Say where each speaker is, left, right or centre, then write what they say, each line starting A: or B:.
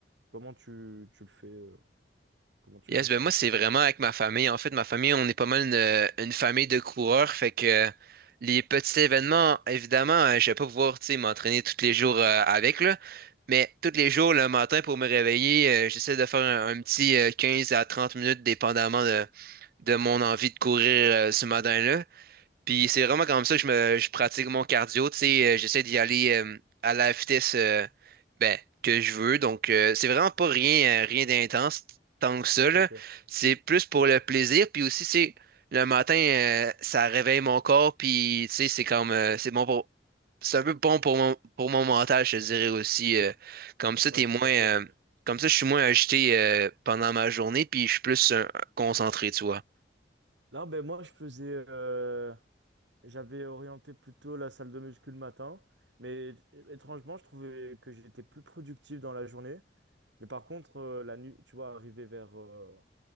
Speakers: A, on the right; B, on the right.
A: Comment tu, tu le fais? euh, Comment tu
B: Yes,
A: fais ça,
B: ben moi, c'est
A: quoi?
B: vraiment avec ma famille. En fait, ma famille, on est pas mal une, une famille de coureurs. Fait que euh, les petits événements, évidemment, euh, je vais pas pouvoir, tu sais, m'entraîner tous les jours euh, avec, là. Mais tous les jours, le matin, pour me réveiller, euh, j'essaie de faire un, un petit euh, 15 à 30 minutes, dépendamment de, de mon envie de courir euh, ce matin-là. Puis c'est vraiment comme ça que je me je pratique mon cardio. Tu sais, euh, j'essaie d'y aller euh, à la vitesse euh, ben, que je veux. Donc euh, c'est vraiment pas rien, euh, rien d'intense tant que ça, là.
A: Ok,
B: C'est plus pour le plaisir. Puis aussi, c'est le matin, euh, ça réveille mon corps. Puis tu sais, c'est comme euh, c'est bon pour. C'est un peu bon pour mon, pour mon mental, je te dirais aussi. euh, comme ça,
A: ouais,
B: t'es
A: tout
B: moins.
A: à fait.
B: euh, comme ça, je suis moins agité euh, pendant ma journée, puis je suis plus euh, concentré, tu vois.
A: Là, ben moi, je faisais, euh, j'avais orienté plutôt la salle de muscu le matin, mais é- étrangement, je trouvais que j'étais plus productif dans la journée. Mais par contre, euh, la nuit, tu vois, arrivé vers, euh,